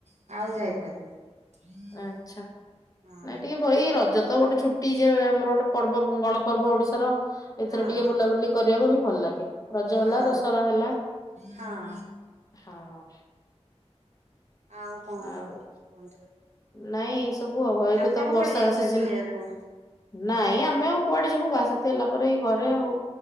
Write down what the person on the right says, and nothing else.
ଆଉ
ଯାଇପାରିଲୁନୁ
ହୁଁ।
ହଁ
ହଁ
ହଁ।
ଆଉ କଣ
କରୁଛନ୍ତି କୁହନ୍ତୁ?
ଆପଣ
କୁଆଡେ ଯାଇଥିଲେ
ବୁଲିବାକୁ